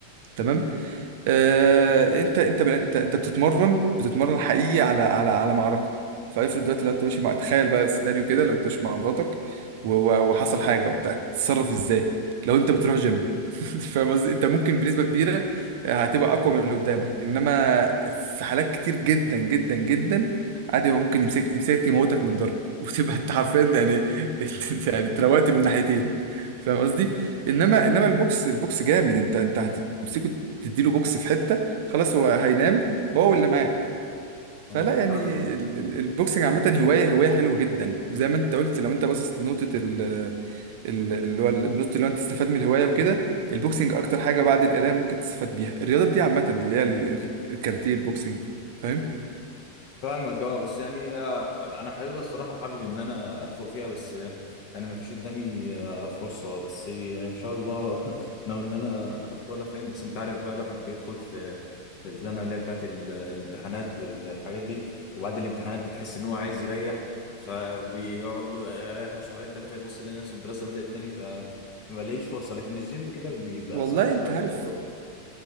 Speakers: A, on the right; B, on the left.
A: تمام آه، انت انت بل- انت انت بتتمرن بتتمرن حقيقي على على على معركه فافرض دلوقتي لو انت ماشي مع تخيل بقى سيناريو كده لو انت ماشي مع مراتك و- و- وحصل حاجه وبتاع تتصرف ازاي لو انت بتروح جيم <laughs> فاهم قصدي انت ممكن بنسبه كبيره هتبقى اقوى من اللي قدامك انما في حالات كتير جدا جدا جدا عادي هو ممكن يمسك يمسكك يموتك من الضرب <laughs> وتبقى انت حرفيا يعني <laughs> انت يعني اتروقت من ناحيتين فاهم قصدي انما انما البوكس البوكس جامد انت انت هتمسكه تديله بوكس في حته خلاص هو هينام هو واللي معاه فلا
B: اه
A: يعني
B: فاهمك
A: ال- ال- البوكسنج عامه هوايه هوايه حلوه جدا زي ما انت قلت لو انت باصص لنقطه ال- ال- اللي هو النقطه اللي هو انت تستفاد من الهوايه وكده البوكسنج اكتر حاجه بعد القرايه ممكن تستفاد بيها الرياضات دي عامه اللي هي ال- ال- الكاراتيه البوكسنج فاهم
B: فاهمك اه بس يعني آه، انا حاببها الصراحه وحابب ان انا ادخل فيها بس آه، يعني ما فيش قدامي آه، فرصه بس آه، ان شاء الله <laughs> ناوي ان انا ادخلها فاهم بس انت عارف بقى الواحد بيدخل في في الزنقه اللي هي بتاعت ال- الامتحانات والحاجات دي وبعد الامتحانات بتحس ان هو عايز يريح فبيقعد له يريح له شهرين ثلاثه يبص يلاقي نفسه الدراسه بدات تاني فما بلاقيش فرصه لكن الجيم كده بيبقى
A: والله
B: سهل شويه
A: انت عارف
B: انك تروح